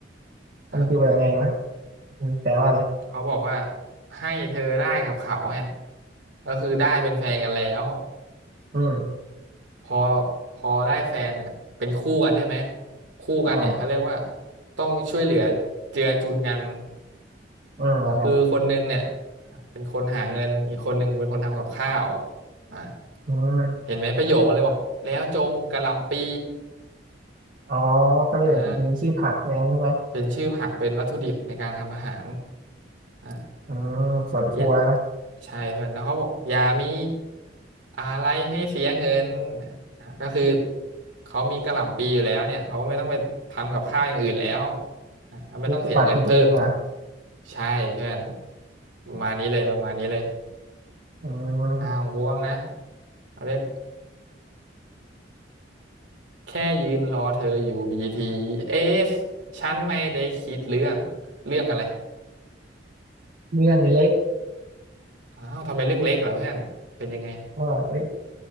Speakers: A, on the right; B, on the right.
A: อ้าว
B: มันคือแบบไงวะอืมแปลว่าอะไร
A: เขาบอกว่าให้เธอได้กับเขาเนี่ยก็คือได้เป็นแฟนกันแล้ว
B: อืม
A: พอพอได้แฟนเนี่ยเป็นคู่กันใช่ไหมคู่กันเนี่ยเขาเรียกว่า
B: อ่า
A: ต้องช่วยเหลือเจือจุนกัน
B: อืมแล้วก็
A: คือคนหนึงเนี่ยเป็นคนหาเงินอีกคนหนึงเป็นคนทำกับข้าวอ่ะ
B: อืม
A: เห็นไหมประโยคมันเลยบอกแล้วจงกะหล่ำปี
B: อ๋อก็เลยมีชื่อผักเองใช่ไหม
A: อ่าเป็นชื่อผักเป็นวัตถุดิบในการทำอาหารอ่า
B: อืมสวนครัวนะ
A: อย่าใช่เพื่อนแล้วเขาบอกอย่ามีอะไรให้เสียเงินอ่ะก็คือเขามีกะหล่ำปีอยู่แล้วเนี่ยเขาไม่ต้องไปทำกับข้าวอย่างอื่นแล้วอ่ะไม่ต้องเสียเงินเพิ่ม
B: นี่ปลูกผักกินเองเหรอ่ะ
A: ใช่เพื่อนประมาณนี้เลยประมาณนี้เลย
B: อืม
A: อ้าวกูว่างนะเอาเรียกแค่ยืนรอเธออยู่บีทีเอสฉันไม่ได้คิดเรื่องเรื่องอะไร
B: เรื่องเล็ก
A: อ้าวทำไมเรื่องเล็กเหรอเพื่อนเป็นยังไง
B: ก็เอ้ย